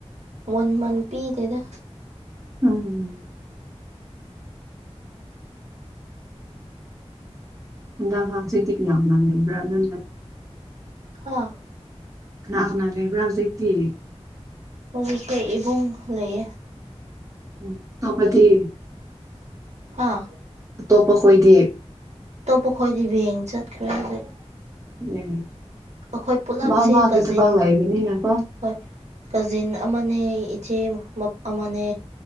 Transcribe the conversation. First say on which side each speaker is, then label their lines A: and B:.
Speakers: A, on the right; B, on the right.
A: ꯋꯥꯟ ꯃꯟꯊ ꯄꯤꯗꯦꯗ
B: ꯎꯝ ꯍꯗ ꯍꯜꯁ ꯀꯅ ꯍꯅ ꯃꯕ꯭ꯔꯅ
A: ꯍꯥꯥ
B: ꯂꯥꯛꯅ ꯂꯩꯕ꯭ꯔꯥ ꯍꯧꯁꯀꯤ
A: ꯍꯧꯈꯩ ꯏꯕꯨꯡ ꯂꯩ
B: ꯎꯝ ꯑꯇꯣꯞꯄꯗꯤ
A: ꯑꯥ
B: ꯑꯇꯣꯞꯄ ꯈꯣꯏꯗꯤ
A: ꯑꯇꯣꯞꯄ ꯑꯩꯈꯣꯏꯗꯤ ꯕꯦꯡ ꯆꯠꯈ꯭ꯔꯦ ꯑꯗꯨꯖꯤ
B: ꯎꯝ
A: ꯑꯩꯈꯣꯏ ꯄꯨꯂꯝꯞꯁꯤ
B: ꯃꯥ ꯃꯥꯒꯤ
A: ꯀꯖꯤꯟ
B: ꯊꯕꯛ ꯂꯩꯕꯅꯤꯅꯀꯣ
A: ꯍꯣꯏ ꯀꯖꯤꯟ ꯑꯃꯅꯦ ꯏꯆꯦ ꯑꯃꯅꯦ